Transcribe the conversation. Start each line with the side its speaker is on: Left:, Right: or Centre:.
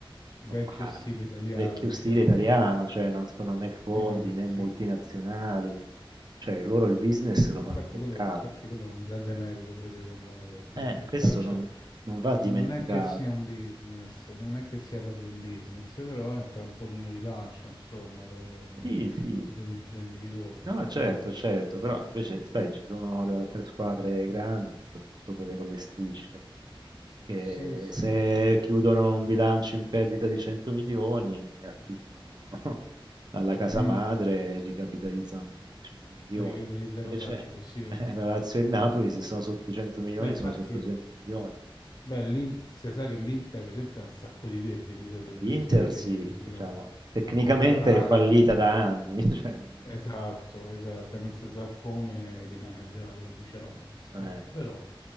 Left: Vecchio
Right: normali
Left: stile italiano,
Right: vecchio
Left: diciamo.
Right: stile italiano, cioè non sono né fondi
Left: E non-
Right: né
Left: sì,
Right: multinazionali,
Left: sì.
Right: cioè loro il business lo
Left: Infatti
Right: fanno col
Left: quello,
Right: calcio.
Left: infatti quello è un grande merito pure secondo me, perché comunque
Right: Eh, questo
Left: il calcio
Right: non, non va dimenticato.
Left: non è che sia un business, non è che sia proprio un business, però è un trampolino di lancio, insomma, per,
Right: Sì, sì,
Left: per un imprenditore.
Right: no,
Left: Quindi,
Right: certo, certo, però invece,
Left: mm.
Right: sai, ci sono le altre squadre grandi, soprattutto quelle con le strisce. che
Left: sì, sì,
Right: se
Left: sì.
Right: chiudono un bilancio in perdita di 100 milioni, attingono <laughs> alla casa
Left: Mm.
Right: madre e ricapitalizzano con altri 100 milioni.
Left: La rivitalizzano
Right: Invece
Left: facile, sì, ho
Right: <laughs> eh,
Left: capito.
Right: la Lazio e il Napoli, se sono sotto i 100 milioni,
Left: Beh, infatti,
Right: sono sotto i 100 milioni.
Left: beh, l'In- si sa che l'Inter, per esempio, ha un sacco di debiti, sopra
Right: L'Inter,
Left: centinaia
Right: sì,
Left: di milioni.
Right: diciamo, tecnicamente
Left: Ha comprato,
Right: è fallita da anni. <laughs> cioè, non-
Left: esatto, esatto, e non si sa come rimane a galla, diciamo, come squadra.
Right: eh, vabbè,
Left: Però,